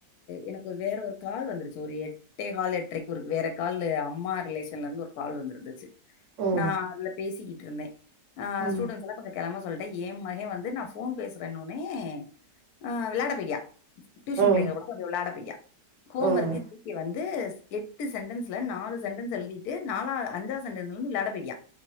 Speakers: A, on the left; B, on the right.
A: எனக்கு வேற ஒரு கால் வந்துருச்சு ஒரு எட் டே கால் எட்ரைக்கு ஒரு வேற கால்லு அம்மா ரிலேஷன்ல இருந்து ஒரு கால் வந்து இருந்துச்சு
B: ம்
A: நா அதுல பேசிக்கிட்டு இருந்தே ஆ
B: ம்
A: ஸ்டூடன்ஸ்லா கொஞ்சோ கெளம்ப சொல்ட்டே ஏன் மக வந்து நா ஃபோன் பேசுறேன்னுன்னே அ விளாடப் போய்டா டியூஷன்
B: ம்
A: பிள்ளைங்க கூட கொஞ்சோ விளாட போய்டா ஹோம்
B: ம்
A: ஒர்க்கு வந்து எட்டு சென்டன்ஸ்ல நாலு சென்டன்ஸ் எழுதிட்டு நாலா அஞ்சா சென்டன்ஸ்ல இருந்து விளாட போய்ட்டியா